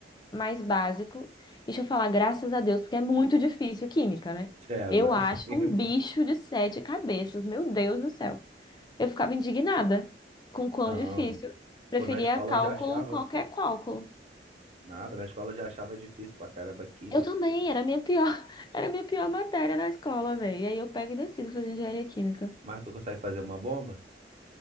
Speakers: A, on the left; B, on the right.
A: mais básico. Deixa eu falar, graças a Deus, porque é muito difícil química, né?
B: <laughs> É,
A: Eu
B: imagina.
A: acho um bicho de sete cabeças, meu Deus do céu. Eu ficava indignada com o quão
B: Não.
A: difícil. Preferia
B: Pô, na escola
A: cálculo,
B: eu já achava,
A: qualquer
B: pô,
A: cálculo.
B: nada. Na escola eu já achava difícil pra caramba química.
A: Eu também, era a minha pior, <laughs> era a minha pior matéria na escola, velho. E aí eu pego e decido fazer engenharia química.
B: Mas tu consegue fazer uma bomba?